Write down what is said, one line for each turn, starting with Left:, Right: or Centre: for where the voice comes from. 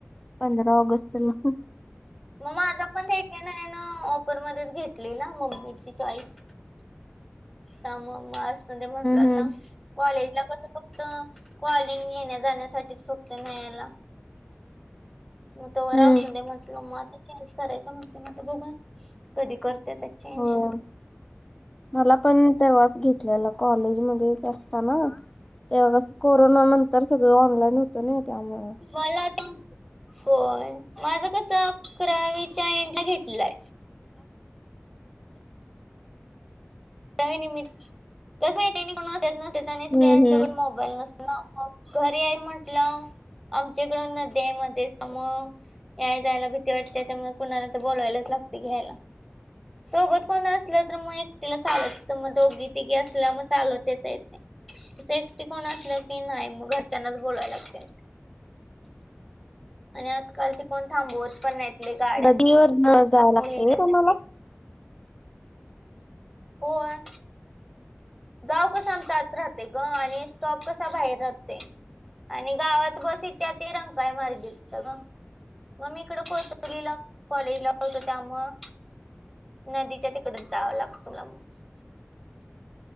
Left: पंधरा ऑगस्टला.
Centre: म माझा पण हे ना ऑफर मध्येच घेतलेला मम्मीची चॉईस. त्यामुळे मग असू दे म्हंटलोआता
Left: हम्म
Centre: कॉलेजला कस फक्त कॉल <unintelligible> येण्या जाण्यासाठीच फक्ते न्यायला. मग तो वर
Left: हम्म
Centre: असून दे म्हटल मग आता चेंज करायच म्हणते मग बघा कधी करते ते. चेंज.
Left: हो मला पण तेव्हाच घेतलेलं कॉलेजमध्येच ना त्यावेळेस कोरोना नंतर सगळं ऑनलाईन होतं ना त्यामुळ.
Centre: मला आता होय माझं कस अकरावीच्या एंडला घेतलंय. <unintelligible> त्या कस माहीते मी कोणाला देत नसते त्यांनी सगळ्यांच्याकड
Left: हम्म हम्म
Centre: मो ईल नस म घरीया म्हंटलं आमच्या कडे नदी मध्ये त्यामुळ. याय जायला भीती वाटते त्यामुळे कुणाला ते बोलवायला लागते घ्यायला. सोबत कोण असलं तर मग एकटीला चालत मग दोघी तिघी असल्या मग चालत येता येत. अस एकटी कोण असलं की नाही मग घरच्यांनाच बोलाय लागतं. आणि आजकालचे कोण थांबवत पण नाहीत. आपल्या गाड्या
Left: नदीवर न जावं
Centre: मुलींच्या
Left: लागते तुम्हाला
Centre: साठी. होय. गाव कसं आमचा राहते ग आणि स्टॉप कसा बाहेर राहते. आणि गावात बस येतेय ती रंकाल्या मार्गी येत्या गं. मग मी इकडं कोथोवडीला कॉलेज ला होतो त्यामुळ. नदीच्या तिकडच जावं लागत मला मग.